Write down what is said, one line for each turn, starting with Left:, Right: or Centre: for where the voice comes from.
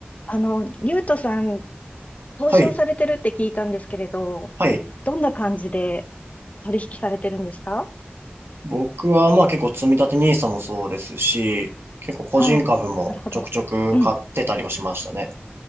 Left: あの、ゆうとさん、投資をされてるって聞いたんですけれど、
Right: はい。はい。
Left: どんな感じで取引されてるんですか
Right: 僕はまあ結構積み立てニーサもそうですし、結構個人株もちょくちょく買ってたりをしましたね。
Left: ああ、なるほど。うん。